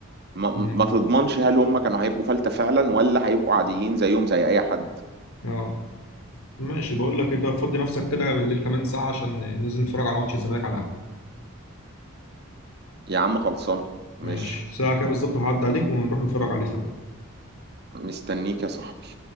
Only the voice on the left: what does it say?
مم.
اه ماشي بقول لك ايه طب فضي نفسك كده بالليل كمان ساعه عشان ننزل نتفرج على ماتش الزمالك على القهوه
ماشي ساعه كده بالظبط هعدي عليك ونروح نتفرج عليه سوا